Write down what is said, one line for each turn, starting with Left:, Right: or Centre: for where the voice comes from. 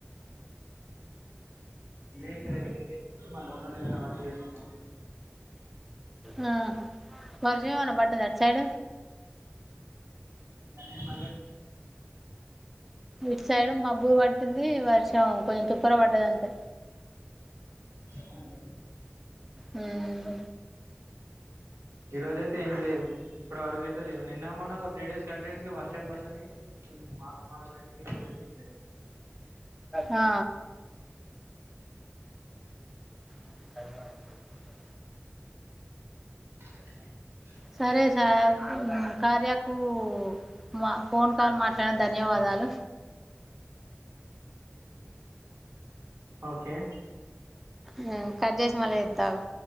Right: ఎక్కడ ఉన్నారు రిజిస్ట్రేషన్ లోపల ఏదన్న వర్క్ చేసుకుంటాం
Centre: హ వర్షమేమన్నా పడ్డదా అటు సైడ్
Right: అని మళ్ళీ
Centre: ఇటు సైడ్ మబ్బు పడతది ది వర్షం కొంచెం తుప్పుర పడ్దది అంతే
Right: హామ్
Centre: హూమ్
Right: ఈ రోజయితే ఏం లేదు. ఇప్పటివరకు అయితే లేదు. నిన్నమొన్న ఒక త్రీ డేస్ కంటిన్యూస్ గా వర్షం వర్షం పడ్డది. ఆగ మాగం అయింది కని
Centre: ఆ హే
Right: హా
Centre: సరే సార్ కార్యకు మా ఫోన్ కాల్ మాట్లాడి ధన్యవాదాలు
Right: ఓకే
Centre: హ్మ్ కట్ చేసి మళ్ళీ చేత్తా ఆగు